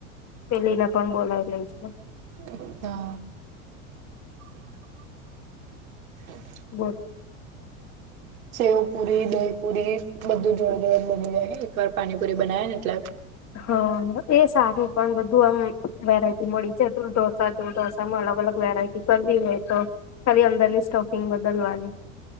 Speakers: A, on the left; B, on the right.
A: પેલીને પણ બોલાવેલ છે
B: અચ્છા
A: બર
B: સેવ પૂરી દહીપૂરી બધું જોડે જોડે બની જાય એકવાર પાણીપુરી બનાવ ને એટલે
A: હા એ સારું પણ બધું આમ વેરાયટી મળી છે તું ઢોસા જોવઢોસામાં અલગ અલગ વેરાયટી પી હોય તો ખાલી અંદરની સ્ટફિંગ બદલવાની